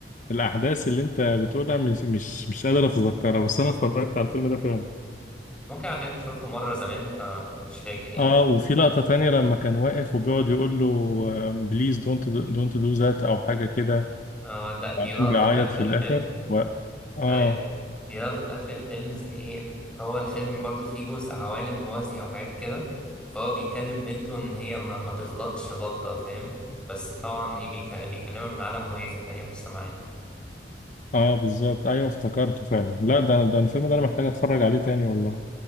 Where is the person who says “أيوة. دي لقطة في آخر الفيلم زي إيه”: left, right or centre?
Centre